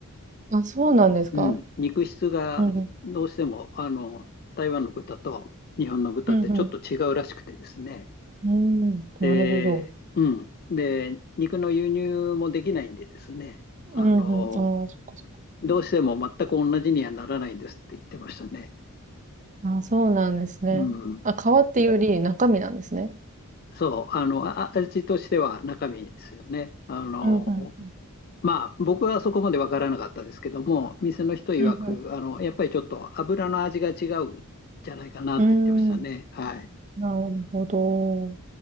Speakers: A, on the right (about 35°); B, on the left (about 45°).
A: あ、そうなんですか
B: うん。肉質がどうしても、
A: うんうん。
B: あの、台湾の豚と日本の豚ってちょっと違うらしくてですね。
A: うんうん。うん。
B: で、
A: なるほど。
B: うん。で、肉の輸入もできないんでですね。あの、
A: うんうん。ああ、そっかそっか
B: どうしても全く同じにはならないんですって言ってましたね。
A: あ、そうなんですね。
B: うん。
A: あ、皮っていうより中身なんですね。
B: そう、あの、あ味としては中身ですよね。あの、
A: うんうん。
B: まあ、僕はそこまでわからなかったですけども、店の人曰く、
A: うん
B: あの、やっぱりちょっと油の味が違うんじゃないかなって言ってましたね。
A: うん。うーん。
B: はい。
A: なるほど。